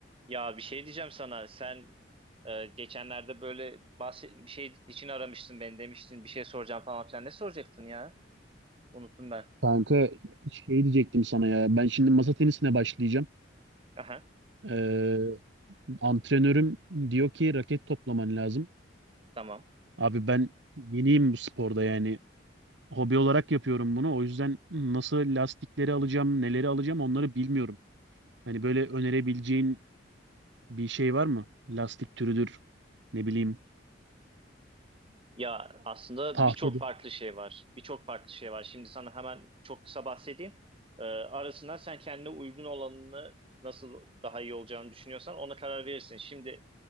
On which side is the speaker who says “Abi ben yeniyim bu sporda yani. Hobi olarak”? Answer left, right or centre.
Right